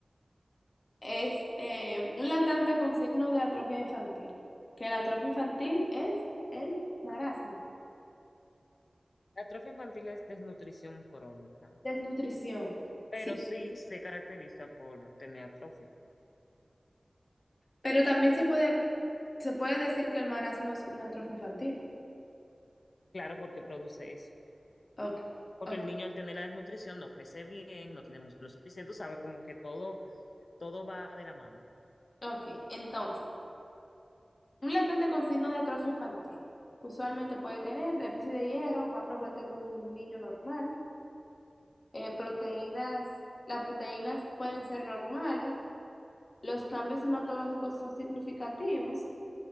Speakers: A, on the left; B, on the left.
A: es eh, un latente con signo de atrofia infantil, que la atrofia infantil es el marasmo,
B: La atrofia infantil es desnutrición crónica,
A: desnutrición,
B: pero
A: sí.
B: sí se caracteriza por tener atrofia.
A: Pero también se puede, se puede decir que el marasmo es una atrofia infantil.
B: Claro, porque produce eso.
A: Ok,
B: Porque
A: ok,
B: el niño al tener la desnutrición no crece bien, no tiene músculo suficiente, sabe como que todo, todo va de la mano.
A: ok. Entonces, un latente con signo de atrofia infantil usualmente puede tener déficit de hierro, más frecuente que un niño normal, eh, proteínas, las proteínas pueden ser normales, los cambios hematológicos son significativos,